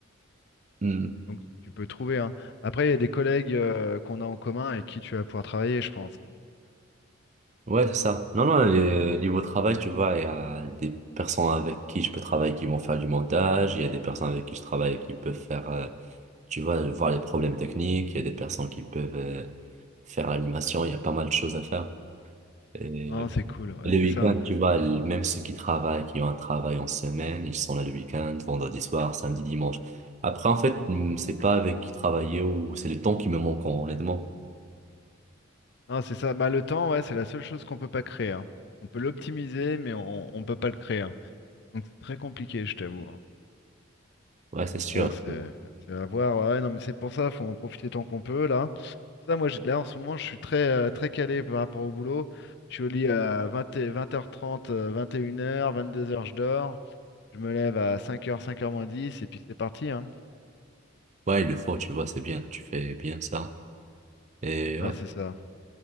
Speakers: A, on the right; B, on the left.
A: hmm,
B: Donc, tu peux trouver. hein. Après, il y a des collègues euh, qu'on a en commun et qui tu vas pouvoir travailler, je pense. hein.
A: ouais, c'est ça. Non, non, euh, niveau travail, tu vois, il y a des personnes avec qui je peux travailler qui vont faire du montage, il y a des personnes avec qui je travaille qui peuvent faire, euh, tu vois, voir les problèmes techniques, il y a des personnes qui peuvent euh, faire l'animation, il y a pas mal de choses à faire. Et
B: Non, c'est cool. ouais,
A: le week-end,
B: c'est ça. hein.
A: tu vois, l- même ceux qui travaillent, qui ont un travail en semaine, ils sont là le week-end, vendredi soir, samedi, dimanche. Après, en fait, hmm, c'est pas avec qui travailler ou c'est le temps qui me manque, honnêtement.
B: Non, c'est ça. Bah, le temps, ouais, c'est la seule chose qu'on peut pas créer. hein. On peut l'optimiser, mais on ne peut pas le créer. hein. Donc, c'est très compliqué, je t'avoue. hein.
A: Ouais, c'est
B: Donc
A: sûr.
B: bon, c'est c'est à voir. Ouais, non, mais c'est pour ça, faut en profiter tant qu'on peut là. Ça, moi, j'ai- là en ce moment, je suis très euh, très calé par rapport au boulot. Je suis au lit à 20, 20h30, 21h, 22h, je dors. Je me lève à 5h, 5h moins 10 et puis c'est parti, hein.
A: Ouais, il le faut, tu vois, c'est bien, tu fais bien ça. Et
B: Non,
A: ouais.
B: c'est ça.